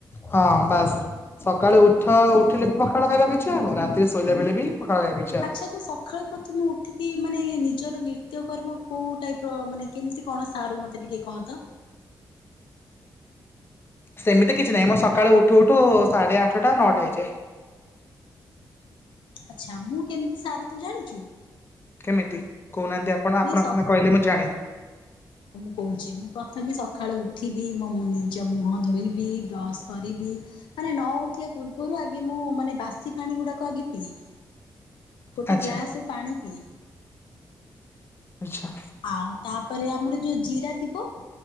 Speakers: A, on the left (about 30°); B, on the left (about 85°).
A: ହଁ ବାସ୍। ସକାଳୁ ଉଠ ଉଠିଲେ ବି ପଖାଳ ଖାଇବାକୁ ଇଚ୍ଛା ହବ ରାତିରେ ଶୋଇଲା ବେଳେ ବି ପଖାଳ ଖାଇବି।
B: ଆଚ୍ଛା ତୁ ସଖାଳୁ ପ ଥମୁ ଉଠିକି ମାନେ ୟେ ନିଜର ନୃତ୍ୟକର୍ମ କଉ ଟାଇପ୍ ର ମାନେ କେମିତି କଣ ସାରୁ ମୋତେ ଟିକି କହ ତ?
A: ସେମିତି କିଛି ନାହିଁ ମ ସକାଳୁ ଉଠୁ ଉଠୁ ସାଢ଼େ ଆଠଟା ନଅଟା ହେଇଯାଏ।
B: ଆଚ୍ଛା ମୁଁ କେମିତି ସାରେ ତୁ ଜାଣିଚୁ?
A: କେମିତି କୋଉନାହାନ୍ତି ଆପଣ ଆପଣ
B: ସ
A: ସିନା କହିଲେ ମୁଁ ଜାଣେ।
B: କହୁଚି ମୁଁ ପ୍ରଥମେ ସଖାଳୁ ଉଠିବି ମୋ ମୁଁ ନିଜ ମୁହଁ ଧୋଇବି ବ୍ରଶ କରିବି ମାନେ ନ ଉଠିବା ପୂର୍ବରୁ ଆଗେ ମୁଁ ମାନେ ବାସି ପାଣି ଗୁଡାକ ଆଗେ ପିଏ ଗୋଟେ
A: ଆଚ୍ଛା
B: ଗ୍ଲାସ ପାଣି ପିଏ।
A: ଆଚ୍ଛା।
B: ଆଉ ତାପରେ ଆମର ଯୋଉ ଜିରା ଥିବ।